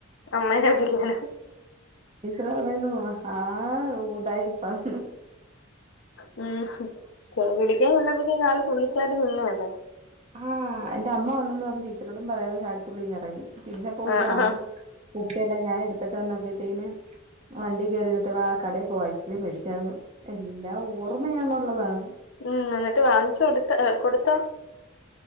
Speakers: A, on the left; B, on the right.
A: അമ്മേനെ ഹ് വിളിക്കാനോ.
B: ടീച്ചറ് പറയ്ന്ന് മഹാ ഊടായിപ്പാന്ന്.
A: ഉം ഹ് വിളിക്കാ ചെന്നപ്പത്തേന് ആള് തുള്ളിച്ചാടി നിന്നേതാ.
B: ആഹ് എന്റെ അമ്മ വന്നന്ന് പറഞ്ഞ് ടീച്ചറോടും പറയാതെ ചാടിത്തുള്ളി ഇങ്ങ് എറങ്ങി പിന്നെ പോയി
A: ആഹ്
B: ബാഗ്.
A: ആഹ്
B: കുപ്പയെല്ലാം ഞാൻ എടുത്തിട്ട് വന്നപ്പോഴത്തേന് വണ്ടി കയറിയിട്ട് വാ കടയിൽ പോവാ ഐസ്ക്രീംമേടിക്കാന്ന് എല്ലാം ഓർമ്മയാന്നുള്ളതാണ്.
A: ഉം എന്നിട്ട് വാങ്ങിച്ച് കൊടുത്ത കൊടുത്താ.